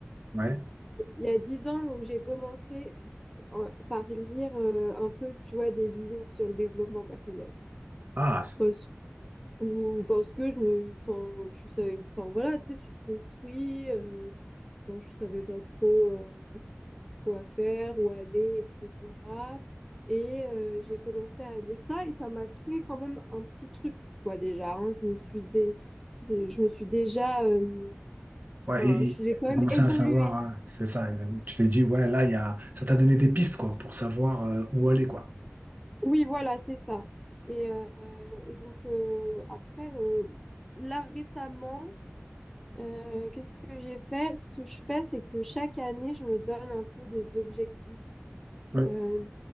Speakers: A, on the right; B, in the centre.
A: Ouais.
B: Il y a dix ans où j'ai commencé en- par lire euh, un peu, tu vois, des livres sur le développement personnel.
A: Ah,
B: Parce, ou parce que je me, enfin, je savais, enfin voilà, tu sais, tu te construis. euh, tu- enfin, je savais pas trop. euh, quoi faire, où aller, etc. Et euh, j'ai commencé à lire ça et ça m'a créé quand même un petit truc, quoi, déjà. hein. Je me suis dé- je je me suis déjà, euh,
A: Ouais,
B: enfin,
A: et
B: j'ai
A: tu
B: quand même
A: as commencé
B: évolué.
A: à savoir, hein, c'est ça. et, euh, Tu t'es dit, ouais, là, il y a, ça t'a donné des pistes, quoi, pour savoir euh, où aller, quoi.
B: Oui, voilà, c'est ça. Et, euh, et donc, euh, après, euh, là, récemment, euh, qu'est-ce que j'ai fait? Ce que je fais, c'est que chaque année, je me donne un peu des objectifs.
A: Oui,
B: euh,